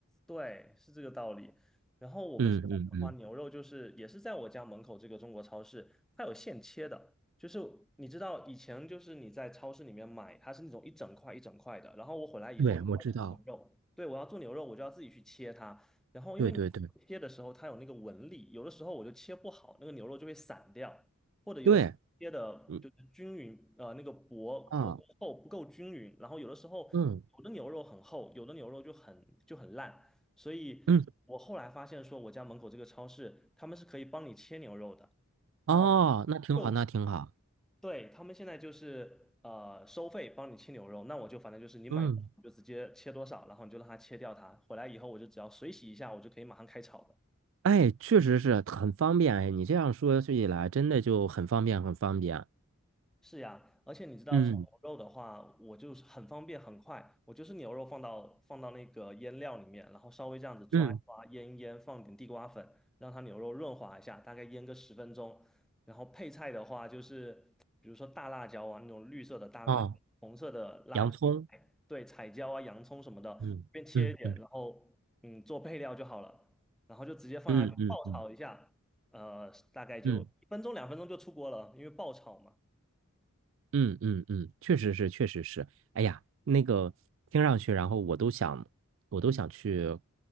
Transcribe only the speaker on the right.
嗯嗯嗯，
对，我知道。
对对对
对，嗯
啊，
嗯
嗯，
哦，
那挺好，
那挺好。
嗯，
哎，确实是很方便。哎，你这样说起来，真的就很方便，很方便。
嗯
嗯，
哦，
洋葱。
嗯嗯嗯
嗯嗯嗯
嗯。
嗯嗯嗯，确实是，确实是。哎呀，那个听上去，然后我都想，我都想去，